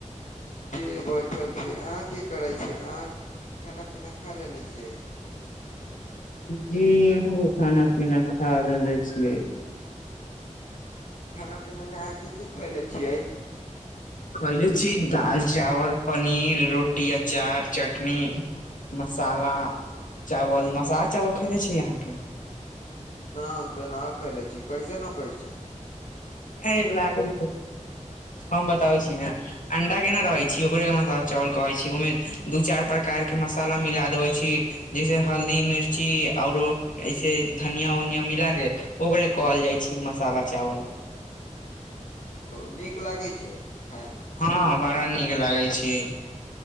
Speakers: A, on the left; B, on the left.
A: के बैठल छी। अहाँ के करै छियै? अहाँ खाना पीना खा लेले छियै?
B: जी हुं खाना पीना खा लेले छियै।
A: खाना पीनामे अहाँ की की खयले छियै?
B: खयले छियै दाल, चावल, पनीर, रोटी, अचार, चटनी मसाला, चावल, मसाला चावल खैलै छियै अहाँ की?
A: न हम तऽ न खइले छी। कैसे होकनछै?
B: एऐन लागे छै। हम बताबइ छी ने। अंडा केना रहय छी, ओकरे मसाला चावल कहै छी ओय मे दू चाइर प्रकार के मसाला मिला देबे छी जैसे हल्दी मिर्ची औरो ऐसे धनिया वनिया मिला के ओकरे कहल जाइ छै मसाला चावल।
A: ओ नीक लागै छै खाइमे?
B: हँ बड़ा नीक लागे छियै।